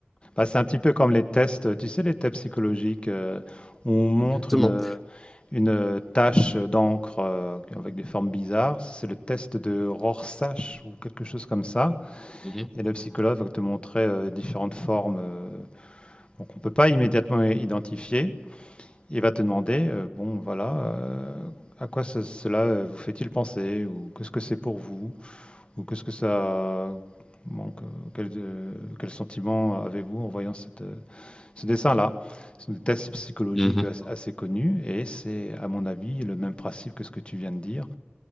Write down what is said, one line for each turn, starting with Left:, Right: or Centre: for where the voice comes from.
Left: Bah, c'est un petit peu comme les tests, tu sais, les tests psychologiques. euh, où on montre
Centre: Exactement.
Left: une, euh, une euh, tache d'encre euh, avec des formes bizarres. C'est le test de Rorschach ou quelque chose comme ça.
Centre: Mhm.
Left: Et le psychologue va te montrer euh, différentes formes euh, donc on ne peut pas immédiatement i- identifier. Il va te demander, euh, bon, voilà, euh, à quoi ce- cela euh, vous fait-il penser ou qu'est-ce que c'est pour vous? Ou qu'est-ce que ça manque Quel, euh, quel sentiment avez-vous en voyant cette, euh, ce dessin-là C'est un test psychologique
Centre: Mhm.
Left: as- assez connu et c'est, à mon avis, le même principe que ce que tu viens de dire.